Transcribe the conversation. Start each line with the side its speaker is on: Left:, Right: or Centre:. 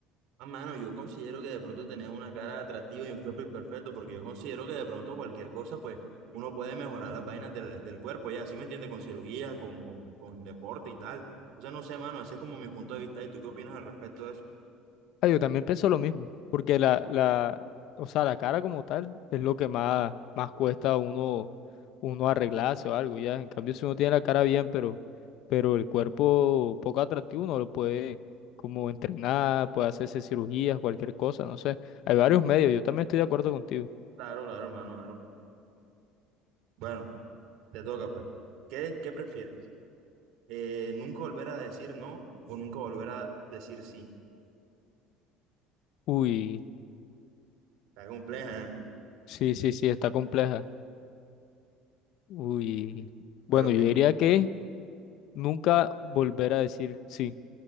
Right: Ah, mano, yo considero que de pronto tener una cara atractiva y un cuerpo imperfecto, porque yo considero que de pronto cualquier cosa, pues uno puede mejorar las vainas del, del cuerpo, ya, ¿sí me entiendes? Con cirugía, con, con, con deporte y tal. O sea, no sé, mano, ese es como mi punto de vista. ¿Y tú qué opinas al respecto de eso?
Left: Ah, yo también pienso lo mismo, porque la, la, o sea, la cara como tal es lo que más, más cuesta a uno, uno arreglarse o algo, ya. En cambio, si uno tiene la cara bien, pero, pero el cuerpo poco atractivo, uno lo puede como entrenar, puede hacerse cirugías, cualquier cosa, no sé. Hay varios medios, yo también estoy de acuerdo contigo.
Right: Claro, claro, hermano, claro. Bueno, te toca, pues. ¿Qué, qué prefieres? eh, nunca volver a decir no o nunca volver a decir sí.
Left: Uy,
Right: Está compleja, ¿eh?
Left: sí, sí, sí, está compleja. Uy, bueno,
Right: Pero
Left: yo
Right: que
Left: diría que nunca volver a decir sí,